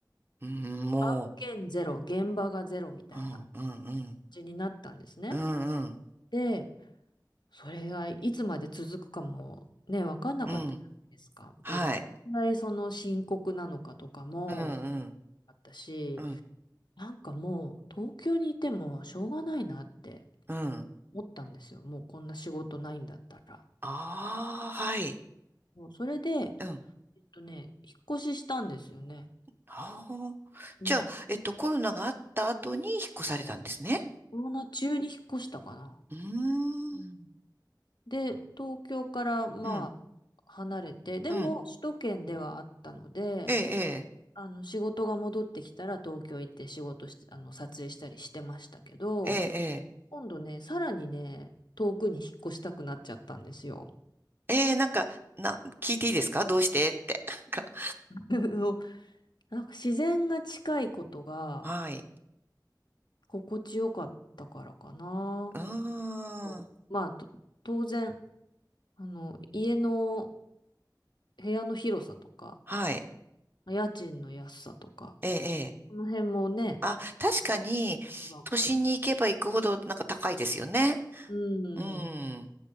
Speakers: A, on the right; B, on the left.
A: うん、も
B: 案件ゼロ、現場がゼロみたいな感
A: う、うん、うん、うん、
B: じになったんですね。
A: うん、うん、
B: で、それがいつまで続くかもね、分かんなかったじゃないですか。
A: うん、はい。
B: で、どんなにその深刻なのかとかも
A: うん、
B: あったし、
A: うん、うん、
B: なんかもう東京にいてもしょうがないなって。
A: うん。
B: 思ったんですよ。もうこんな仕事ないんだったら。
A: ああ、はい。
B: もうそれで、
A: うん。
B: えっとね、引っ越ししたんですよね。
A: ああ。
B: うん。
A: じゃあ、えっと、コロナがあった後に引っ越されたんですね。
B: コロナ中に引っ越したかな。
A: うー
B: うん。
A: ん。
B: で、東京からま
A: うん。
B: あ離れて、でも首都圏ではあったので、
A: うん。ええ、
B: あの仕事が戻ってきたら東京行って仕事して、あの撮影したりしてましたけど、
A: ええ、ええ、え
B: 今度ね、さらにね、遠くに引っ越したくなっちゃったんですよ。
A: え、ええなんか、な、聞いていいですかどうしてって。<laughs> なんか、
B: <laughs> あのなんか自然が近いことが
A: はい。
B: 心地よかったからかな。
A: うーん。
B: あとまあ、と当然、あの、家の部屋の広さとか、
A: はい。
B: まあ家賃の安さとか、
A: ええ、ええ。
B: この辺もね、
A: あ、確かに、
B: うん違うから。
A: 都心に行けば行くほど、なんか高いですよね。
B: うん、
A: うん。